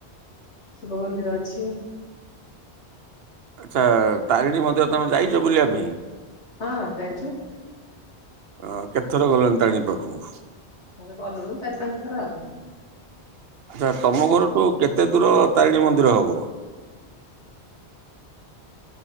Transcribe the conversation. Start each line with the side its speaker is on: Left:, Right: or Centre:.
Left: ଶିବ ମନ୍ଦିର ଅଛି।
Right: ଆଚ୍ଛା ତାରିଣୀ ମନ୍ଦିର ତମେ ଯାଇଚ ବୁଲିବା ପାଇଁ?
Left: ହଁ ଜାଇଚୁ।
Right: ଅ କେତ ଥର ଗଲଣି ତାରିଣୀ ପାଖୁକୁ?
Left: ହଁ ଗଲୁଣୁ ଚାରି ପାଞ୍ଚ ଥର ଆଉ।
Right: ଆଚ୍ଛା ତମ ଘରଠୁ କେତେ ଦୂର ତାରିଣୀ ମନ୍ଦିର ହବ?